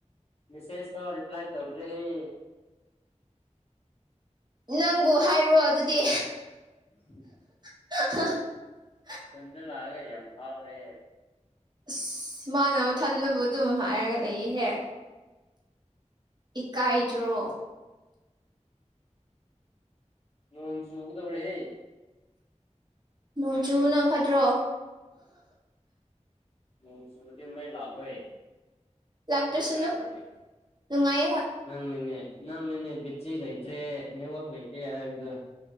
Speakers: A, on the left; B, on the right.
A: ꯃꯦꯁꯦꯖ ꯇꯣ ꯔꯤꯞ꯭ꯂꯥꯏ ꯇꯧꯗ꯭ꯔꯔꯤ
B: ꯅꯪꯕꯨ ꯍꯥꯏꯕ꯭ꯔꯣ ꯑꯗꯨꯗꯤ
A: ꯎ
B: <unintelligible>
A: ꯈꯨꯟꯗꯂ ꯍꯥꯏꯒ ꯐꯥꯎ꯭ꯔꯦꯦ
B: ꯑꯁ ꯃꯥꯅꯕ ꯊꯟꯅꯕꯨ ꯑꯗꯨꯝ ꯍꯥꯏꯔꯒ ꯂꯩꯍꯦ ꯏꯀꯥꯏꯗ꯭ꯔꯣ
A: ꯅꯣꯡ ꯆꯨꯒꯗꯧꯔꯤꯦ ꯍꯦ
B: ꯅꯣꯡ ꯆꯨꯅ ꯐꯠꯇ꯭ꯔꯣ
A: ꯃ ꯁꯇꯤ ꯃꯩꯂ ꯑꯣꯏꯣꯏ
B: ꯂꯥꯛꯇ꯭ꯔꯁꯅꯨ
A: ꯉꯕ꯭ꯔꯅꯦ
B: ꯅꯨꯡꯉꯥꯏꯌꯦ ꯍꯣꯏ
A: ꯅꯪꯅꯤꯅꯦ ꯅꯪꯅꯤꯅꯦ ꯕꯦꯇ꯭ꯔꯤ ꯂꯩꯇ꯭ꯔꯦ ꯅꯦꯠꯋꯛ ꯂꯩꯇꯦ ꯍꯥꯏꯕꯗꯣ